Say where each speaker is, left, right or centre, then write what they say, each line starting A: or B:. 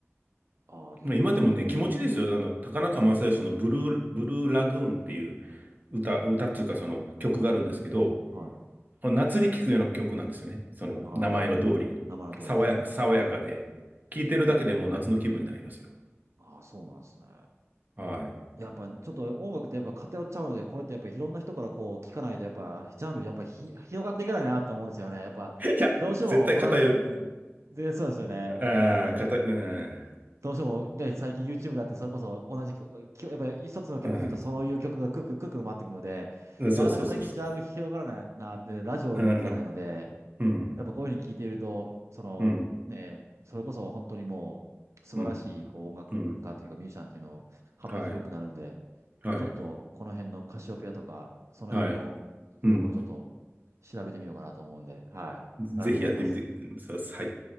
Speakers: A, on the right; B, on the right.
A: ああ、出てきましたね。
B: まあ、今でもね、気持ちいいですよ。あの、高中正義のブルー、ブルーラグーンっていう歌、歌っていうかその曲があるんですけど、
A: はい。
B: この夏に聴くような曲なんですよね。その名前の通り、
A: ああ、なるほど。名前の通りですね。
B: 爽や、爽やかで、
A: うん。
B: 聴いてるだけでもう夏の気分になりますよ。
A: ああ、そうなんですね。
B: はい。<laughs>
A: やっぱ、ちょっと音楽ってやっぱ偏っちゃうので、こうやってやっぱいろんな人からこう聞かないと、やっぱ、ジャンルやっぱひ広がっていかないなと思うんですよね。やっぱ、
B: いや、
A: どうしても同じ、
B: 絶対偏る
A: うん。で、そうですよね。
B: ああ、
A: だから、
B: かた、うん、
A: どうしても、で、最近 YouTube だってそれこそ同じ曲、きょやっぱり一つの曲聴くとそういう曲がくるくるくるくる回ってくるので、
B: うん、そうそうそうそう。
A: なかなか最近ジャンル広がらないなって、ラジオも聞かないので、
B: うん、うん、
A: やっぱこういうふうに聞いていると、そのね、
B: うん、うん、
A: それこそ本当にもう素晴らしいこう音楽家というかミュージシャンっていうのを幅広くなるんで、
B: うん、うんはい、はい、
A: ちょっとこの辺のカシオペアとか、その辺の曲をちょっと調べてみようかなと思うんで、
B: はい、うん。
A: はい。ありがとうございます。
B: ぜひやってみてください。